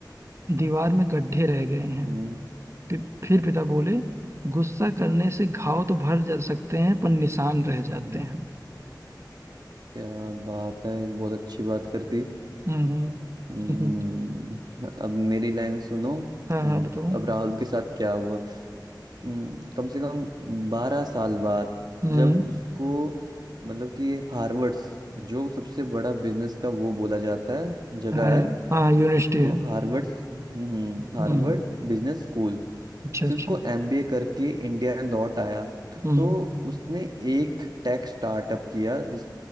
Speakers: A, on the right; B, on the right.
A: दीवार में गड्ढे रह गए हैं
B: हम्म,
A: फि- फिर पिता बोले गुस्सा करने से घाव तो भर जा सकते हैं पर निशान रह जाते
B: हम्म,
A: हैं
B: क्या बात है बहुत अच्छी बात कर दी
A: हम्म हम्म,
B: हम्म,
A: हम्म, हम्म।
B: अब मेरी लाइन सुनो
A: हाँ
B: हम्म,
A: हाँ बताओ
B: अब राहुल के साथ क्या हुआ हम्म, कम से कम बारह साल बाद
A: हम्म
B: जब उसको मतलब कि हार्वर्ड्स जो सबसे बड़ा बिजनेस का वो बोला जाता है जगह
A: हाँ
B: है
A: हाँ यूनिवर्सिटी है
B: तो हार्वर्ड हम्म हम्म, हार्वर्ड
A: हम्म
B: बिजनेस स्कूल
A: अच्छा अच्छा
B: से उसको एमबीए करके इंडिया लौट आया
A: हम्म
B: तो उसने एक टेक स्टार्टअप किया जिस